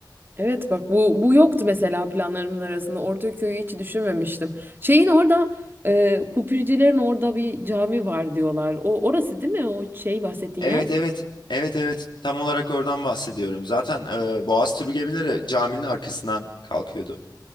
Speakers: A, on the right (about 25°); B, on the left (about 80°).
A: Evet bak bu bu yoktu mesela planlarımın arasında. Ortaköy'ü hiç düşünmemiştim. Şeyin orada e, Kupricilerin orada bir cami var diyorlar. O orası değil mi o şey bahsettiğin
B: Evet
A: yer?
B: evet. Evet evet. Tam olarak oradan bahsediyorum. Zaten e, Boğaz turu gemileri caminin arkasından kalkıyordu.